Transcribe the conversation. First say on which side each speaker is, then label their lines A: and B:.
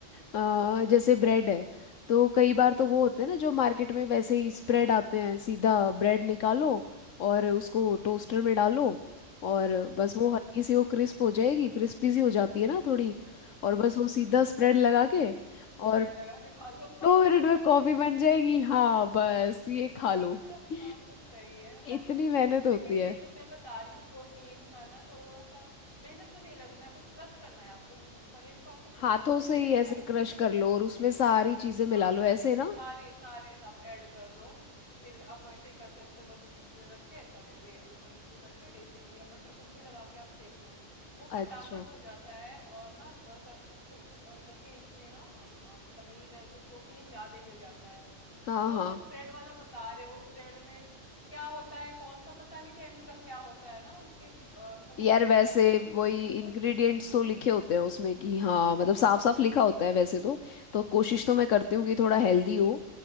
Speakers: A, on the left; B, on the left.
A: अ, जैसे ब्रेड है तो कई बार तो
B: हम्म
A: वो होते हैं ना जो मार्केट में वैसे ही स्प्रेड आते हैं सीधा ब्रेड निकालो और उसको टोस्टर
B: हम्म
A: में डालो और बस
B: हम्म,
A: वो हल्की सी वो क्रिस्प हो जाएगी क्रिस्पी सी हो जाती है ना थोड़ी
B: ठीक
A: और बस
B: है
A: वो सीधा
B: हाँ
A: स्प्रेड लगा के
B: स्प्रेड
A: और
B: लगा के खा लो <laughs>
A: दो मिनट में कॉफी
B: ये
A: बन जाएगी हाँ बस ये खा
B: हाँ
A: लो <laughs>
B: सही है
A: इतनी मेहनत
B: लेकिन
A: होती
B: ये
A: है
B: जो मैं बता रही हूँ प्रोटीन का ना थोड़ा सा मेहनत तो नहीं लगना है बस क्रश करना है आपको म- पनीर को आपको भूनना
A: हाथों
B: भी
A: से
B: नहीं है
A: ही
B: फ्राई
A: ऐसे क्रश
B: भी नहीं
A: कर
B: है
A: लो
B: कुछ
A: और उसमें
B: नहीं
A: सारी
B: है
A: चीजें मिला
B: हाँ
A: लो
B: क्र-
A: ऐसे ना
B: सारे सारे आप ऐड कर लो फिर आप वैसे ही कर सकते हो बस ब्रेड पे रख के तवे पे ऊपर नीचे करके देसी घी या बटर कुछ भी लगा के आप सेक लो वो फटाफट
A: अच्छा
B: हो जाता है और ना थोड़ा सा प्रो- अ, जबकि इसमें ना अब आप पनीर है तो प्रोटीन ज्यादा मिल जाता है
A: हाँ
B: और जो
A: हाँ
B: आप स्प्रेड वाला बता रहे हो स्प्रेड में क्या होता है कौन सा पता नहीं केमिकल क्या होता है ना उसके अ, समझ
A: यार
B: में नहीं
A: वैसे
B: आता इसलिए
A: वही
B: मैं थोड़ा
A: इंग्रेडिएंट्स तो लिखे होते हैं उसमें कि हाँ मतलब साफ साफ लिखा होता है वैसे तो तो कोशिश तो मैं करती
B: हाँ
A: हूँ कि थोड़ा हेल्दी हो